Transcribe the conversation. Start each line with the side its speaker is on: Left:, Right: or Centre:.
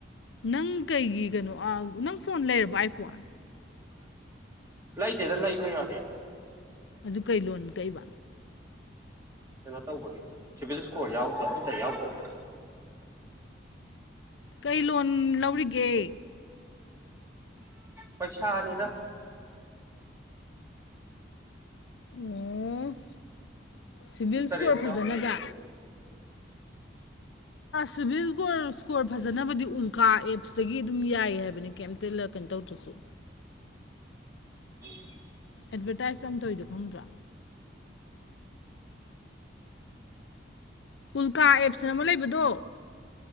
Left: ꯅꯪ ꯀꯩꯒꯤ ꯀꯩꯅꯣ ꯅꯪ ꯐꯣꯟ ꯂꯩꯔꯕ ꯑꯥꯏꯐꯣꯟ
Right: ꯂꯩꯇꯦꯗ ꯂꯩꯕ ꯌꯥꯗꯦ ꯑꯗꯨꯝ
Left: ꯑꯗꯨ ꯀꯩ ꯂꯣꯟ ꯀꯛꯏꯕ
Right: ꯀꯩꯅꯣ ꯇꯧꯕꯒꯤ ꯁꯤꯚꯤꯜ ꯏꯁꯀꯣꯔ ꯌꯥꯎꯗ ꯑꯝꯇ ꯌꯥꯎꯗꯕ
Left: ꯀꯩ ꯂꯣꯟ ꯂꯧꯔꯤꯒꯦ
Right: ꯄꯩꯁꯥꯅꯤꯗ
Left: ꯑꯣ ꯁꯤꯚꯤꯜ
Right: ꯏ
Left: ꯏꯁꯀꯣꯔ
Right: ꯇꯔ ꯌꯦꯠ ꯆꯗꯦꯕ
Left: ꯐꯖꯅꯕ
Right: ꯑꯗꯨ
Left: ꯁꯤꯚꯤꯜ ꯏꯁꯀꯣꯔ ꯐꯖꯅꯕꯗꯤ ꯎꯜꯀꯥꯑꯦꯕ ꯁꯤꯗꯒꯤ ꯑꯗꯨꯝ ꯌꯥꯏꯌꯦ ꯍꯥꯏꯕꯅꯤ ꯀꯩꯝꯇꯂ ꯀꯩꯅꯣ ꯇꯧꯗ꯭ꯔꯁꯨ
Right: ꯎꯝ
Left: ꯑꯦꯗꯚꯔꯇꯥꯏꯁ ꯑ ꯇꯧꯔꯤꯗ ꯈꯪꯗ꯭ꯔꯥ ꯎꯜꯀꯥ ꯑꯦꯞꯁꯅ ꯑꯃ ꯂꯩꯕꯗꯣ